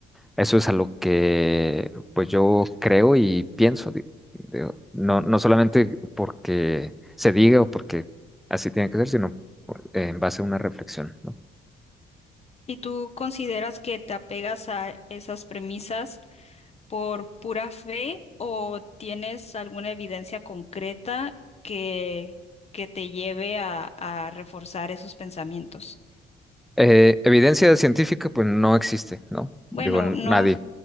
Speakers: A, in the centre; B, on the left.
A: Eso es a lo que pues yo creo y pienso, di- digo, no, no solamente porque se diga o porque así tiene que ser, sino por- en base a una reflexión, ¿no?
B: ¿Y tú consideras que te apegas a esas premisas? por pura fe o tienes alguna evidencia concreta que, que te lleve a, a reforzar esos pensamientos?
A: Eh, evidencia científica, pues no existe, ¿no? Digo,
B: Bueno,
A: n-
B: no,
A: nadie.